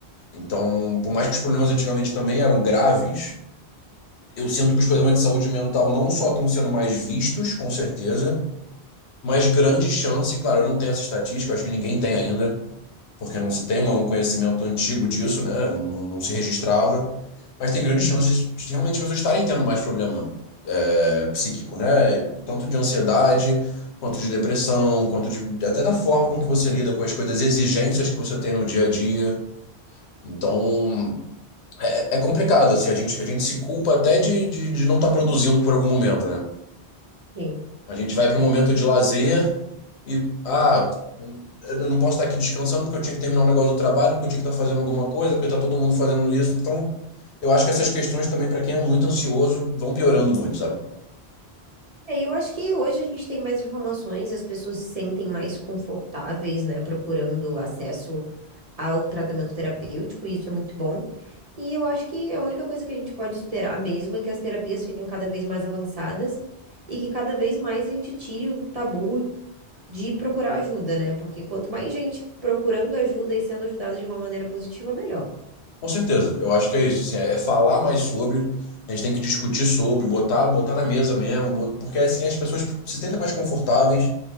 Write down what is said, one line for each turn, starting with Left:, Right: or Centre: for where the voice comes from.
Left: Então, por mais que os problemas antigamente também eram graves, eu sinto que os problemas de saúde mental não só estão sendo mais vistos, com certeza, mas grande chance, claro, eu não tenho essa estatística, eu acho que ninguém tem ainda, porque não se tem uma- um conhecimento antigo disso, né? Não, não- não se registrava. Mas tem grandes
Right: Uhum.
Left: chances de realmente as pessoas estarem tendo mais problema é, psíquico, né? Tanto de ansiedade, quanto de depressão, quanto de, até da forma com que você lida com as coisas, as exigências que você tem no dia a dia. Então, é, é complicado, assim, a gente, a gente se culpa até de, de, de não estar produzindo por algum momento, né?
Right: Sim.
Left: A gente vai para um momento de lazer E, ah, eu não posso estar aqui descansando porque eu tinha que terminar um negócio do trabalho, porque eu tinha que estar fazendo alguma coisa, porque está todo mundo fazendo isso. Então, eu acho que essas questões também, para quem é muito ansioso, vão piorando muito, sabe?
Right: É, eu acho que hoje a gente tem mais informações, as pessoas se sentem mais confortáveis, né, procurando acesso ao tratamento terapêutico, e isso é muito bom. E eu acho que a única coisa que a gente pode esperar mesmo é que as terapias fiquem cada vez mais avançadas e que cada vez mais a gente tire o tabu de procurar ajuda, né? Porque quanto mais gente procurando ajuda e sendo ajudada de uma maneira positiva, melhor.
Left: Com certeza, eu acho que é isso, assim, é é falar mais sobre, a gente tem que discutir sobre, botar, botar na mesa mesmo, bot- porque assim as pessoas se sentem mais confortáveis